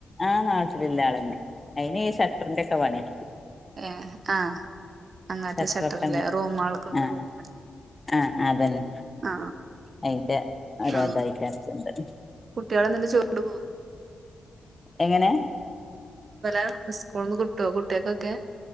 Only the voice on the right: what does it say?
ഏ ആ അങ്ങനത്തെ
ഷട്ടറ്ല്ലേ
റൂമൾക്കൊക്കെ
കൊട്
ആ
ആ കുട്ടിള് ഇന്ന്ണ്ട് ചോറ്ണ്ടവോ
ല സ്കൂൾന്ന് കിട്ടോ കുട്ട്യൾക്കൊക്കെ